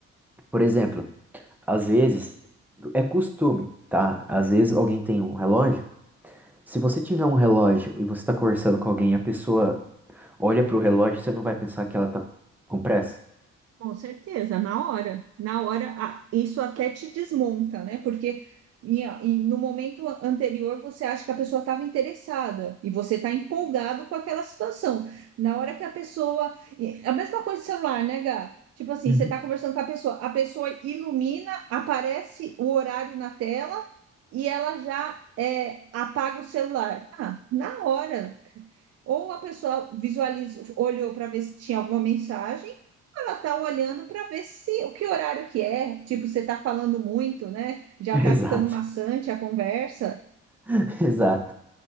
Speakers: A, in the centre; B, on the right.
A: por exemplo, às vezes, é costume, tá? Às vezes alguém tem um relógio. Se você tiver um relógio e você está conversando com alguém e a pessoa olha para o relógio, você não vai pensar que ela está com pressa?
B: Com certeza, na hora, na hora, a- isso até te desmonta, né? Porque em- em- no momento a- anterior você acha que a pessoa estava interessada e você está empolgado com aquela situação. Na hora que a pessoa. e A mesma coisa de celular, né, Gá? Tipo assim,
A: Uhum.
B: você está conversando com a pessoa, a pessoa ilumina, aparece o horário na tela e ela já é, apaga o celular. Ah, na hora. Ou a pessoa visualizou, olhou para ver se tinha alguma mensagem ela tá olhando para ver se o que horário que é, tipo, você tá falando muito, né? Já
A: <laughs> Exato,
B: tá ficando maçante a conversa.
A: <laughs> exato,